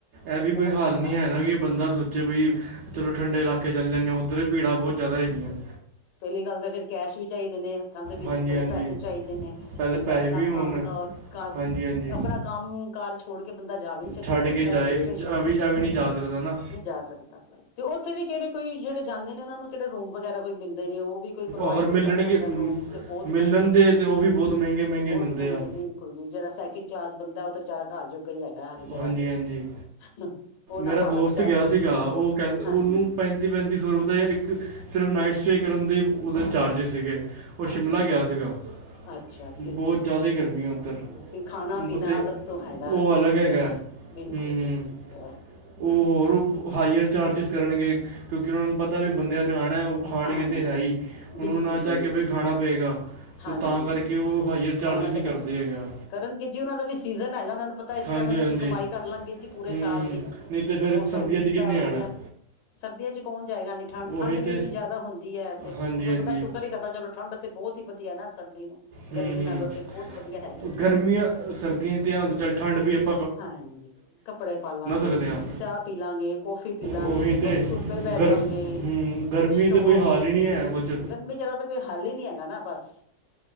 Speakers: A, on the right (about 70°); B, on the left (about 75°).
A: ਇਹ
B: ਤੇ ਬਹੁਤ
A: ਵੀ ਕੋਈ ਹੱਲ
B: ਬੁਰਾ
A: ਨੀ ਹੈਗਾ
B: ਹਾਲ
A: ਵੀ
B: ਹੈ
A: ਬਂ ਦਾ ਸੋਚੇ ਵੀ ਚਲੋ ਠੰਡੇ ਇਲਾਕੇ ਚੱਲ ਜਾਂਦੇ ਹਾਂ ਉੱਧਰ ਵੀ ਭੀੜਾਂ ਬਹੁਤ ਜਾਦਾ ਹੈਗੀਆਂ ਨੇ।
B: ਪਹਿਲੀ ਗੱਲ ਤਾਂ ਫਿਰ ਕੈਸ਼ ਵੀ ਚਾਹੀਦੇ ਨੇ ਹੱਥਾਂ ਦੇ ਵਿੱਚ
A: ਹਾਂਜੀ
B: ਪਹਿਲੇ
A: ਹਾਂਜੀ
B: ਪੈਸੇ ਚਾਹੀਦੇ ਨੇ।
A: ਪਹਿਲੇ
B: ਬੰਦਾ
A: ਪੈਸੇ
B: ਆਪਣਾ
A: ਵੀ ਹੋਣ
B: ਕੰਮ ਕ ਕਾ
A: ਹਾਂਜੀ ਹਾਂਜੀ
B: ਆਪਣਾ ਕੰਮ ਕਾਰਜ ਛੋੜ ਕੇ ਬੰਦਾ ਜਾ ਵੀ ਨੀ
A: ਛੱਡ
B: ਸਕਦਾ
A: ਕੇ
B: ਹਿਲ
A: ਜਾਏ
B: ਸਟੇਸ਼ਨ
A: ਅਵੀ
B: ਤੇ ਬਿਲਕੁਲ।
A: ਅਵੀ ਨਹੀਂ ਜਾ ਸਕਦਾ ਨਾ
B: ਜਾ ਸਕਦਾ ਤੇ ਉੱਥੇ ਵੀ ਕਿਹੜੇ ਕੋਈ ਜਿਹੜੇ ਜਾਂਦੇ ਨੇ ਉਹਨਾਂ ਨੂੰ ਕਿਹੜੇ ਰੂਮ ਵਗੈਰਾ ਕੋਈ ਮਿਲਦੇ ਨੇ ਉਹ ਵੀ ਕੋਈ ਪ੍ਰੋਵਾਈਡ
A: ਅਗਰ ਮਿਲਣਗੇ
B: ਨੀ ਕਰ ਪਾਂਦਾ
A: ਮ-
B: ਰੂਮ ਤੇ ਬੌਤ
A: ਮਿਲਣ
B: ਮਹਿੰਗੇ
A: ਦੇ ਤੇ ਉਹ ਵੀ ਬਹੁਤ ਮਹਿੰਗੇ ਮਹਿੰਗੇ
B: ਬੌਤ
A: ਮਿਲਦੇ
B: ਮਹਿੰਗੇ
A: ਆ
B: ਬਿਲ ਕੁਲ ਜੀ ਜੇਹੜਾ ਸੈਕਿੰਡ ਕਲਾਸ ਬੰਦਾ ਉਹ ਤੇ ਵੇਚਾਰਾ ਘਰ ਜੋਗਾ ਹੀ ਹੈਗਾ ਹਰ ਜਗ੍ਹਾ
A: ਹਾਂਜੀ
B: ਤੇ।
A: ਹਾਂਜੀ
B: ਉਹ ਨਾ
A: ਮੇਰਾ
B: ਪਾਲਾ
A: ਦੋਸਤ
B: ਵੀ ਜਾ
A: ਗਆ
B: ਸਕਦਾ
A: ਸੀਗਾ
B: ਹੈ।
A: ਉਹ ਕਹਿੰ ਉਹਨੂੰ
B: ਹਾਂਜੀ
A: ਪੈਂ ਤੀ ਪੈਂਤੀ ਸੌ ਰੁਪਏ ਇੱਕ ਸਿਰਫ ਨਾਈਟ ਸਟੇ ਕਰਨ ਦੇ ਉਹਦੇ ਚਾਰਜਿਸ ਸੀਗੇ। ਉਹ
B: ਹਾਂਜੀ
A: ਸ਼ਿਮਲਾ ਗਿਆ
B: ਦੇਖੋ।
A: ਸੀਗਾ
B: ਅੱਛਾ
A: ਬਹੁਤ
B: ਫਿਰ ਦੇਖੋ
A: ਜ਼ਿਆਦਾ ਹੀ ਗਰਮੀ ਹੈ ਉੱਧਰ
B: ਫੇ ਖਾਣਾ-ਪੀਣਾ
A: ਬ- ਤੇ
B: ਅਲੱਗ ਤੋਂ ਹੈਗਾ
A: ਉਹ ਅਲੱਗ
B: ਬੰਦੇ
A: ਹੈਗਾ
B: ਦਾ, ਬਿਲਕੁਲ
A: ਹੂੰ ਹੂੰ
B: ਜੀ ਆ
A: ਉਹ ਹੋਰ ਹਾਈਅਰ ਚਾਰਜਿਸ ਕਰਨਗੇ ਕਿਉਂਕਿ ਉਹਨਾਂ ਨੂੰ ਪਤਾ ਵੀ ਬੰਦਿਆਂ ਨੇ ਆਣਾ ਓਹ ਖਾਣਗੇ
B: ਆ ਨਹੀਂ
A: ਤੇ ਹੈ ਹੀ
B: ਬਿਲਕੁਲ
A: ਹੁਣ ਓਹ ਨਾ ਚਾ
B: ਜੀ
A: ਕੇ ਵੀ ਖਾਣਾ ਪਏਗਾ।
B: ਹਾਂਜੀ
A: ਤੇ ਤਾਂ ਕਰਕੇ ਉਹ ਹਾਈਅਰ
B: ਖਾਣਾ
A: ਚਾਰਜਿਸ
B: ਤਾਂ
A: ਹੀ ਕਰਦੇ
B: ਪੈਣਾ
A: ਹੈਗਾ।
B: ਕਰਨਗੇ ਜੀ ਉਹਨਾਂ ਦਾ ਵੀ ਸੀਜਨ ਹੈਗਾ ਉਹਨਾਂ ਨੂੰ ਪਤਾ ਇਸ
A: ਹਾਂਜੀ
B: ਟੈਮ ਅਸੀਂ
A: ਹਾਂਜੀ
B: ਵੀ ਕਮਾਈ ਕਰ ਲਾਂਗੇ ਜੀ ਪੂਰੇ
A: ਹੂੰ
B: ਸਾਲ
A: ਹੂੰ
B: ਦੀ।
A: ਨਹੀਂ ਤੇ ਫਿਰ
B: ਮੌਸਮ
A: ਸਰਦੀਆਂ 'ਚ ਕਿੰਨੇ
B: ਦਾ ਵਧੀਆ।
A: ਆਣਾ ਹੈ?
B: ਸਰਦੀਆਂ ਚ ਕੌਣ ਜਾਏਗਾ ਐਨੀ ਠੰਡ-ਠੰਡ
A: ਉਹੀ
B: ਵੀ
A: ਤੇ
B: ਇੰਨੀ ਜਾਦਾ ਹੁੰਦੀ ਹੈ ਤੇ
A: ਹਾਂਜੀ
B: ਓਤੇ
A: ਹਾਂਜੀ
B: ਬੰਦਾ ਸ਼ੁਕਰ ਹੀ ਕਰਤਾ ਚਲੋ ਠੰਡ ਤੇ ਬੋਹਤ ਹੀ ਵਧੀਆ ਨਾ ਸਰਦੀ ਨੂੰ
A: ਹੂਂ-ਹੂਂ
B: ਗਰਮੀ ਨਾਲੋਂ ਤੇ ਬਹੁਤ ਵਧੀਆ ਹੈਗੀ ਠੰਡ
A: ਗਰਮੀਆਂ ਸਰਦੀਆਂ ਇਚ ਤੇ ਹੁੰਦਾ ਚੱਲ ਠੰਡ ਪੀ ਆਪ
B: ਹਾਂਜੀ ਕੱਪੜੇ ਪਾਲਾਂਗੇ,
A: ਸਕਦੇ ਆ
B: ਚਾ ਪੀਲਾਂਗੇ, ਕੌਫੀ ਪੀਲਾਂਗੇ।
A: ਉਹੀ ਤੇ
B: ਧੁੱਪੇ ਪੈ
A: ਗਰ
B: ਜਾਗੇ
A: ਹੂੰ, ਗਰਮੀ
B: ਸ਼ੋਲ
A: ਤੇ ਕੋਈ ਹਾਲ ਹੀ ਨਹੀਂ ਹੈ
B: ਗੀ
A: ਕੁਝ
B: ਗਰਮੀ ਜਿਆਦਾਤਰ ਕੋਈ ਹੱਲ ਹੀ ਨੀ ਹੈਗਾ ਨਾ ਬਸ,